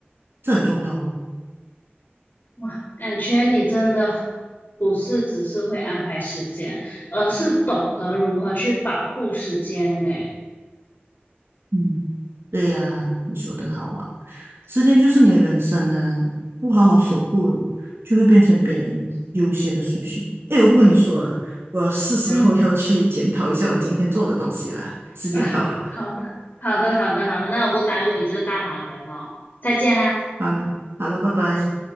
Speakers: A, on the right (about 75°); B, on the left (about 40°).
A: 这很重要哦。
B: 哇，感觉你真的不是只是会安排时间，而是懂得如何去保护时间呢。
A: 嗯。对呀，你说的好啊，时间就是你的人生啊，不好好守护了就会变成别人优先的顺序。诶，我不跟你说了，我是时候要去检讨一下我今天做的东西了，
B: 嗯
A: 时间到了，
B: 啊，好的，好的，好的，好的，那我不耽误你这个大忙人哦，再见啦。
A: 好了，好了，拜拜。